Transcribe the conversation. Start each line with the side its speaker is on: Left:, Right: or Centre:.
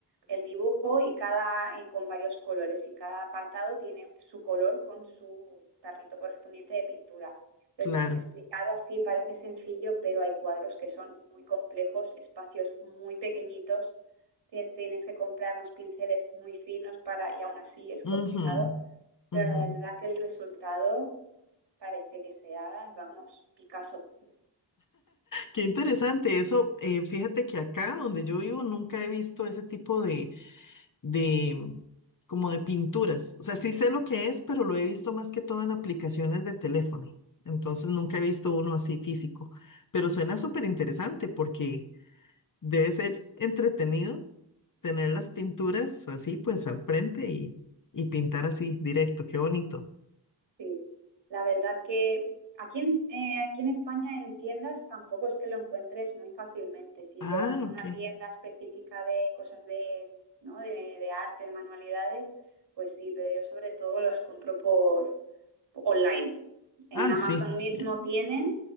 Right: el dibujo y cada y con varios colores y cada apartado tiene su color con su tarrito correspondiente de pintura. Entonces,
Left: Claro.
Right: explicado así parece sencillo, pero hay cuadros que son muy complejos, espacios muy pequeñitos, tienes que comprar unos pinceles muy finos para y aún así es complicado,
Left: Ujú, ujú.
Right: pero la verdad que el resultado parece que sea, vamos, Picasso.
Left: Qué interesante eso. eh, fíjate que acá donde yo vivo nunca he visto ese tipo de, de como de pinturas. O sea, sí sé lo que es, pero lo he visto más que todo en aplicaciones de teléfono. Entonces nunca he visto uno así físico. Pero suena súper interesante porque debe ser entretenido tener las pinturas así pues al frente y, y pintar así directo. Qué bonito.
Right: Sí, la verdad que aquí en, eh, aquí en España en tiendas tampoco es que lo encuentres muy fácilmente. Si
Left: Ah,
Right: te vas a
Left: ok.
Right: una tienda específica de cosas de, ¿no? de, de arte, de manualidades, pues sí, pero yo sobre todo los compro por online. En
Left: Ah,
Right: Amazon
Left: sí.
Right: mismo
Left: Eh,
Right: tienen